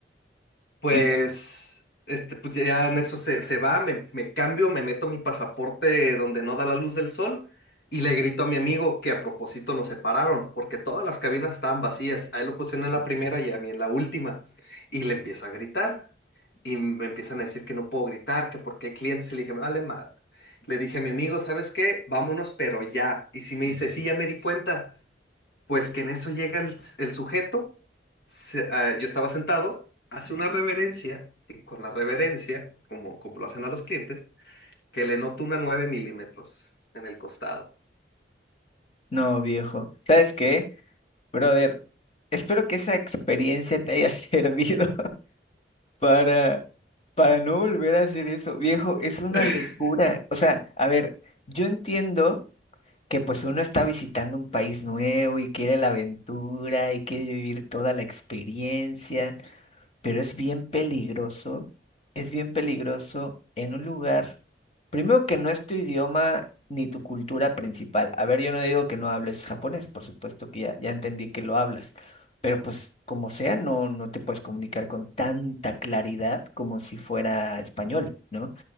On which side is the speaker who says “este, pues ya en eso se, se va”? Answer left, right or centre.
Left